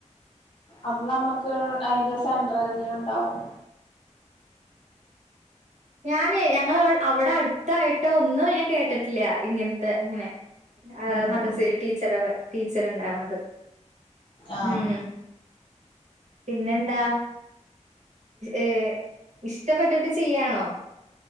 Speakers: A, on the left (about 45°); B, on the right (about 65°).
A: അത് നമ്മുക്ക് അതിന്റെ സെൻട്രലിൽ ഉണ്ടാവും
B: ഞാനെ ഞങ്ങള അവി അവിടെ അടുത്തായിട്ട് ഒന്നും ഞാൻ കേട്ടിട്ടില്ല ഇങ്ങനത്തെ ഇങ്ങനെ ഏഹ്
A: ഉം
B: മദ്രസേല്
A: ഉം
B: ടീച്ചറാവാ ടീച്ചർണ്ടാവണത്
A: ആഹ്
B: ഉം പിന്നെന്താ ഏഹ് ഇഷ്ടപ്പെട്ടിട്ട് ചീയ്യാണോ